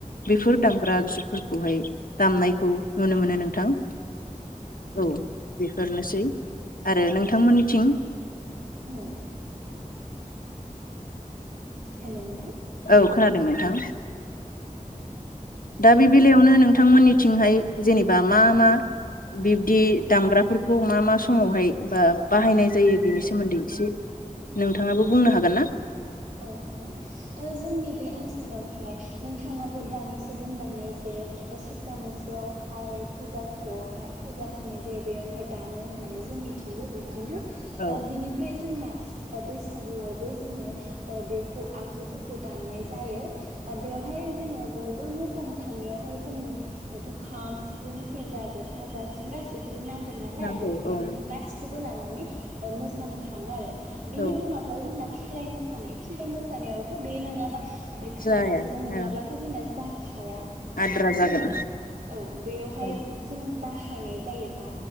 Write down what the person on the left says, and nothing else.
बेफोर दामग्रा आगजुफोरखौहाय दामनायखौ नुनो मोनो नोंथां । औ बेफोरनो सै आरो नोंथांमोननिथिं
औ खोनादों नोंथां? दा बे बेलायावनो नोंथांमोननि थिंहाय जेनोबा मा मा बिब्दि दामग्राफोरखौ मा मा समावहाय बा बाहायनाय जायो बेनि सोमोन्दै एसे नोंथाङाबो बुंनो हागोन ना?
औ
नांगौ
औ
औ
जाया
ओं
आद्रा
जागोन
औ